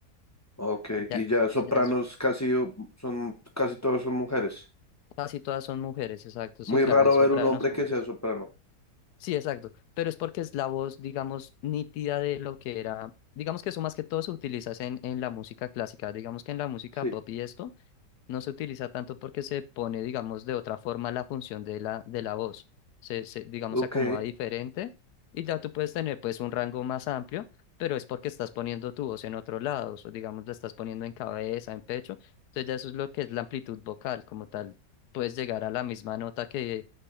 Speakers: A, on the left; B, on the left.
A: ok.
B: Ya,
A: Y ya sopranos
B: ya es
A: casi o- son, casi todos son mujeres.
B: casi todas son mujeres, exacto.
A: Muy
B: Sí, claro,
A: raro
B: hay sopranos
A: ver un hombre
B: hombres.
A: que sea soprano.
B: Sí, exacto. Pero es porque es la voz, digamos, nítida de lo que era. Digamos que eso más que todo se utiliza es en, en la música clásica. Digamos que en la música
A: Sí.
B: pop y esto no se utiliza tanto porque se pone, digamos, de otra forma la función de la, de la voz. Se, se, digamos,
A: Ok.
B: se acomoda diferente y ya tú puedes tener, pues, un rango más amplio, pero es porque estás poniendo tu voz en otro lado, o digamos, la estás poniendo en cabeza, en pecho. Entonces ya eso es lo que es la amplitud vocal como tal. Puedes llegar a la misma nota que,